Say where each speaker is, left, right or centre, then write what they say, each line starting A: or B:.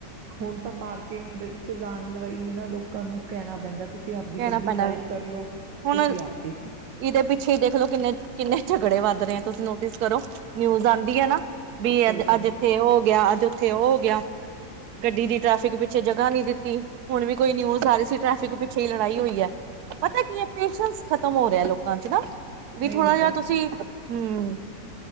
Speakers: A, on the right (about 85°); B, on the right (about 70°).
A: ਹੁਣ ਤਾਂ ਪਾਰਕਿੰਗ ਚ ਲਾਣ ਲਈ ਵੀ ਨਾ ਲੋਕਾਂ ਨੂੰ ਕਹਿਣਾ ਪੈਂਦਾ, ਤੁਸੀਂ ਆਪਦੀ
B: ਕਹਿਣਾ
A: ਗੱਡੀ
B: ਪੈਂਦਾ
A: ਸਾਈਡ ਕਰ ਲਓ
B: ਹੁਣ
A: ਤੁਸੀਂ ਆਪ
B: ਇਹਦੇ ਪਿੱਛੇ ਹੀ ਦੇਖਲੋ ਕਿੰਨੇ ਕਿੰਨੇ ਝਗੜੇ ਵੱਧ ਰਹੇ ਹੈਂ, ਤੁਸੀਂ ਨੋਟਿਸ ਕਰੋ ਨਿਊਜ਼ ਆਉਂਦੀ ਹੈ ਨਾ, ਵੀ
A: ਸਹੀ
B: ਅੱਜ
A: ਗੱਲ
B: ਇੱਥੇ
A: ਆ।
B: ਉਹ ਹੋ ਗਿਆ ਅੱਜ ਉੱਥੇ ਉਹ ਹੋ ਗਿਆ ਗੱਡੀ ਦੀ ਟਰੈਫਿਕ ਪਿੱਛੇ ਜਗਾ ਨੀ ਦਿੱਤ ਹੁਣ ਵੀ ਕੋਈ ਨਿਊਜ਼ ਆ ਰਹੀ ਸੀ ਟ੍ਰੈਫਿਕ ਪਿੱਛੇ ਹੀ ਲੜਾਈ ਹੋਈ ਹੈ, ਪਤਾ ਕੀ ਹੈ ਪੇਸ਼ਸ ਖ਼ਤਮ ਹੋ ਰਿਹਾ ਲੋਕਾਂ ਚ ਨਾ, ਵੀ
A: ਨਹੀਂ
B: ਥੋੜਾ
A: ਉਹ
B: ਜਿਹਾ ਤੁਸੀਂ ਹਮ